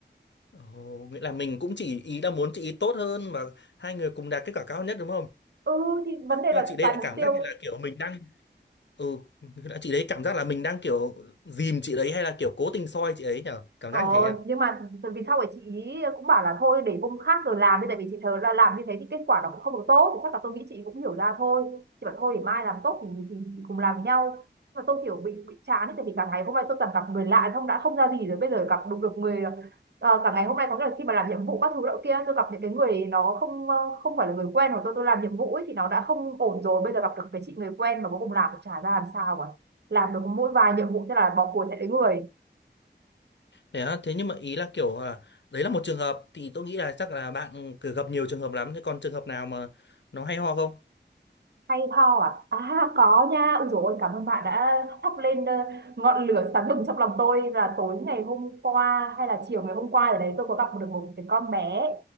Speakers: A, on the left (about 70°); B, on the right (about 65°).
A: Ồ, nghĩa là mình cũng chỉ ý là muốn chị ý tốt hơn và hai người cùng đạt kết quả cao nhất đúng không?
B: ừ thì vấn đề
A: Nhưng
B: là
A: mà chị đây
B: đạt
A: lại
B: mục
A: cảm
B: tiêu
A: giác như là kiểu mình đang ừ <laughs> đã chị đấy cảm giác là mình đang kiểu dìm chị đấy hay là kiểu cố tình soi chị ấy nhở cảm
B: Ờ,
A: giác như thế à
B: nhưng mà từ vì sau ấy chị ý cũng bảo là thôi để hôm khác rồi làm đi tại vì chị thờ là làm như thế thì kết quả nó cũng không được tốt thì chắc là tôi nghĩ chị cũng hiểu ra thôi chị bảo thôi để mai làm tốt thì, thì, thì cùng làm với nhau nhưng mà tôi kiểu bị bị chán ấy, tại vì cả ngày hôm nay tôi toàn gặp người lạ xong đã không ra gì rồi bây giờ gặp đúng được người ờ, cả ngày hôm nay có nghĩa là khi mà làm nhiệm vụ các thứ đó kia tôi gặp những cái người nó không ờ, không phải là người quen của tôi tôi làm nhiệm vụ ấy thì nó đã không ổn rồi bây giờ gặp được cái chị người quen mà cuối cùng làm cũng chả ra làm sao cả làm được mỗi vài nhiệm vụ thế là bỏ cuộc chạy đến người
A: thế á, thế nhưng mà ý là kiểu là đấy là một trường hợp thì tôi nghĩ là chắc là bạn cứ gặp nhiều trường hợp lắm thế còn trường hợp nào mà nó hay ho không
B: Hay ho à? À có nha. Ui dồi ôi, cảm ơn bạn đã thắp lên ờ, ngọn lửa sáng bừng trong lòng tôi là tối ngày hôm qua hay là chiều ngày hôm qua ở đấy tôi có gặp được một cái con bé